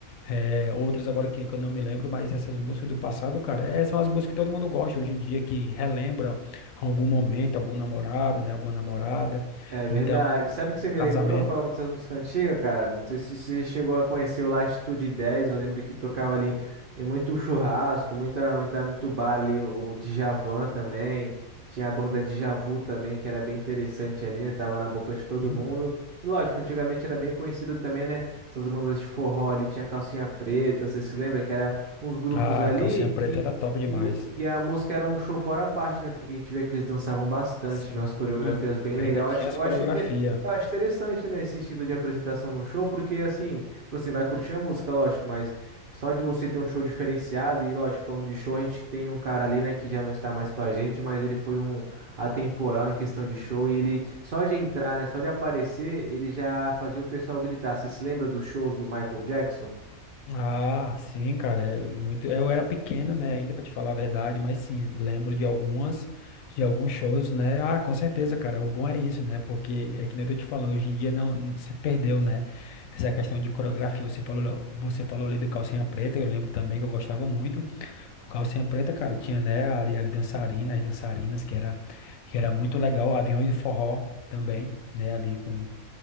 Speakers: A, on the left; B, on the right.
A: eh, outras agora que, que eu não me lembro, mas essas músicas do passado, cara, eh, são as músicas que todo mundo gosta hoje em dia, que relembra algum momento, algum namorado, né? Alguma namorada.
B: É verdade.
A: Então,
B: Sabe o que você me
A: casamento,
B: lembrou falando dessas músicas antigas, cara? Não sei se você chegou a conhecer o Latitude 10. Eu lembro que tocava ali em muito churrasco, muita, muita, muito bar ali. O Djavan também. Tinha a banda Djavan Vu também, que era bem interessante ali, né? Tava na boca de todo
A: sim.
B: mundo. E lógico, antigamente era bem conhecido também, né? Essas bandas de forró ali, tinha Calcinha Preta, você se lembra que eram uns grupos
A: A
B: ali
A: calcinha
B: que
A: preta era top demais.
B: e o- que a música era um show fora a parte, né? Porque a gente via que eles dançavam bastante,
A: Sim,
B: tinha umas coreografias bem
A: ainda
B: legais. Eu
A: tinha
B: acho,
A: as
B: eu
A: coreografias.
B: acho, inte- eu acho interessante, né? Esse estilo de apresentação no show, porque assim, você vai curtir a música, lógico, mas só de você ter um show diferenciado, e lógico, falando de show, a gente tem um cara ali, né, que já não está mais com a gente, mas ele foi um atemporal em questão de show, e ele, só de entrar, né, só de aparecer, ele já fazia o pessoal gritar. Você se lembra dos shows do Michael Jackson?
A: Ah, sim, cara, é muito. Eu era pequeno, né, ainda pra te falar a verdade, mas sim, lembro de algumas, de alguns shows, né? Ah, com certeza, cara. O bom é isso, né? Porque é que nem eu tô te falando, hoje em dia não, n- se perdeu, né? Essa questão de coreografia, você falou, você falou ali do Calcinha Preta, eu lembro também que eu gostava muito. O Calcinha Preta, cara, tinha, né, ali as dançarinas, as dançarinas, que era, que era muito legal. Aviões de forró também, né, ali com,